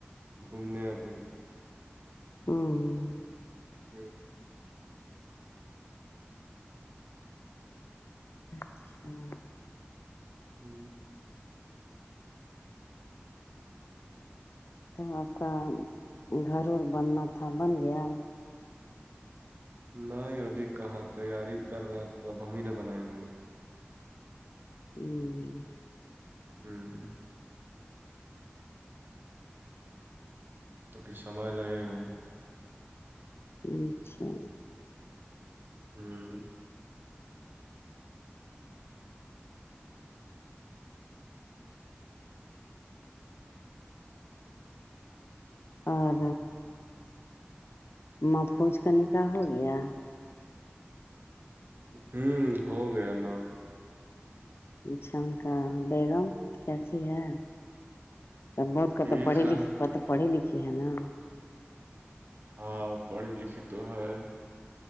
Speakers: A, on the right; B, on the left.
A: گھومنے ابھی
B: ہوں
A: ہ
B: اچھا
A: ہوں
B: تب آپ کا گھر اورور بننا تھا بن گیا
A: نہیں ابھی کہاں تیاری کر رہا تو اب ہم ہی نہ بنائیں گے
B: ہوں
A: ہوں ہ ابھی سمع لگے گا
B: اچھا
A: ہوں
B: اور محفوظ کا نکاح ہو گیا
A: ہوں ہو گیا نا
B: اچھا ان کا بیگم کیسی ہے بہت کت
A: ٹھیک
B: پڑے
A: ہے
B: ل پڑی لکھھی ہے نا
A: ہاں پڑی لکھی تو ہے